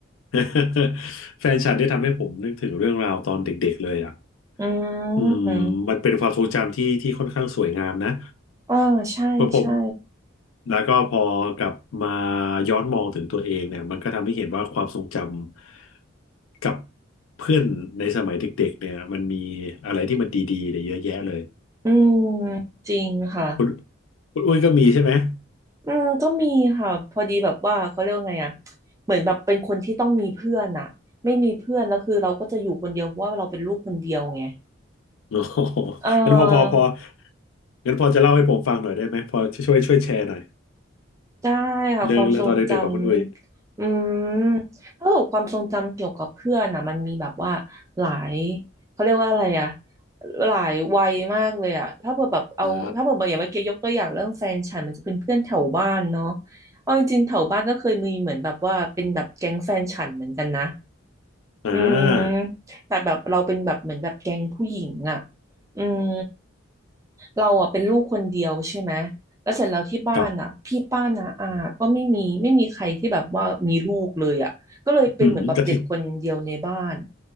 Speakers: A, on the left (about 80°); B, on the right (about 15°).
A: <laughs> แฟนฉันได้ทำให้ผมนึกถึงเรื่องราวตอนเด็กๆเลยอ่ะ
B: อื
A: อืม
B: ม
A: มันเป็นความทรงจำที่ที่ค่อนข้างสวยงามนะ
B: อ่าใช่ใช่
A: เพราะผมแล้วก็พอกลับมาย้อนมองถึงตัวเองเนี่ยมันก็ทำให้เห็นว่าความทรงจำกับเพื่อนในสมัยเด็กๆเนี่ยมันมีอะไรที่มันดีๆเนี่ยเยอะแยะเลย
B: อืมจริงค่ะ
A: คุณคุณอุ้ยก็มีใช่ไหม <laughs>
B: อืม ก็มีค่ะ พอดีแบบว่าเขาเรียกว่าไงอ่ะเหมือนแบบเป็นคนที่ต้องมีเพื่อนอ่ะไม่มีเพื่อนแล้วคือเราก็จะอยู่คนเดียวเพราะว่าเราเป็นลูกคนเดียวไง
A: โอ้โห
B: เออ
A: งั้นพอพอพองั้นพอจะเล่าให้ผมฟังหน่อยได้ไหมพอช่วยช่วยแชร์หน่อย
B: ได้ค่ะความทรงจ
A: เรื่องเรื่องตอนเด็กๆของคุณอุ้ย
B: ำอืมถ้าเกิดความทรงจำเกี่ยวกับเพื่อนนะมันมีแบบว่าหลายเขาเรียกว่าอะไรอะหลายวัยมากเลยอะถ้าเกิดแบบเอาถ้าเกิดแบบอย่างเมื่อกี้ยกตัวอย่างเรื่องแฟนฉันมันจะเป็นเพื่อนแถวบ้านเนาะ
A: อ่า
B: เอาจริงๆแถวบ้านก็เคยมีเหมือนแบบว่าเป็นแบบแก๊งแฟนฉันเหมือนกันนะ
A: อ่า
B: อืมแต่แบบเราเป็นแบบเหมือนแบบแก๊งผู้หญิงอ่ะอืมเราอ่ะเป็นลูกคนเดียวใช่ไหมแล้วเสร็จแล้วที่บ้านอ่ะพี่ป้านาอาก็ไม่มีไม่มีใครที่แบบว่ามีลูกเลยอ่ะก็เลยเป็นเหมือนแบบเด็กคนเดียวในบ้าน
A: ครับอืมกะทิ